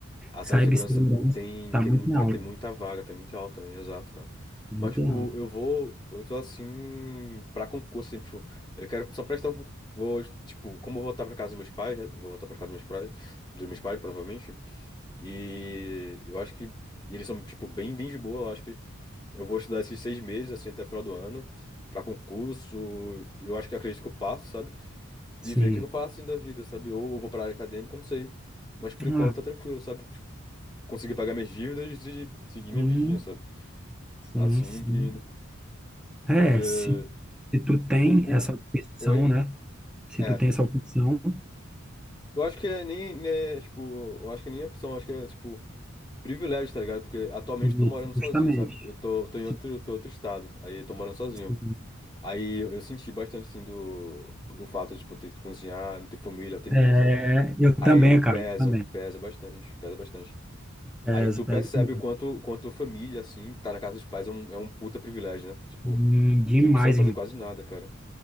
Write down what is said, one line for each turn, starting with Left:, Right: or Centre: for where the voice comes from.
Left: A
Centre: Cibersegurança
Left: cibersegurança tem,
Centre: tá
Left: tem
Centre: muito
Left: muito,
Centre: em alta,
Left: vai ter muita vaga, tem muito alta também, exato, cara.
Centre: tá muito
Left: Mas, tipo,
Centre: em alta.
Left: eu vou, eu tô assim, pra concurso, assim, tipo, eu quero só prestar um, con- vou, tipo, como eu vou voltar pra casa dos meus pais, né, vou voltar pra casa dos meus pais, dos meus pais, provavelmente, e eu acho que, e eles são, tipo, bem, bem de boa, eu acho que Eu vou estudar esses seis meses, assim, até o final do ano, pra concurso. Eu acho que acredito que eu passo, sabe?
Centre: Sim.
Left: E ver o que eu faço assim da vida, sabe? Ou eu vou pra área acadêmica, eu não sei. Mas por
Centre: Ah,
Left: enquanto tá tranquilo, sabe? Tipo, conseguir pagar minhas dívidas e seguir
Centre: Sim,
Left: minha vidinha, sabe?
Centre: sim,
Left: Assim,
Centre: sim.
Left: e indo.
Centre: É,
Left: Porque
Centre: se, se tu tem
Left: concurso.
Centre: essa opção,
Left: Oi?
Centre: né? Se
Left: É.
Centre: tu tem essa opção,
Left: Eu acho que é nem, né, tipo, eu acho que é nem opção, eu acho que é, tipo, privilégio, tá ligado? Porque atualmente
Centre: isso,
Left: eu tô morando sozinho,
Centre: justamente.
Left: sabe? Eu tô, tô em
Centre: Se-
Left: outro, tô em outro estado, aí eu tô morando sozinho.
Centre: se-
Left: Aí eu eu senti bastante, assim, do, do fato de, tipo, ter que cozinhar, não ter família, não ter ninguém,
Centre: É,
Left: sabe?
Centre: eu
Left: Aí
Centre: também,
Left: pesa,
Centre: cara, também.
Left: pesa bastante, pesa bastante.
Centre: Peso,
Left: Aí tu
Centre: peso
Left: percebe
Centre: demais.
Left: o quanto, quanto família, assim, tá na casa dos pais é um, é um puta privilégio, né? Tipo,
Centre: Sim, Demais,
Left: você não precisa fazer
Centre: irmão.
Left: quase nada, cara.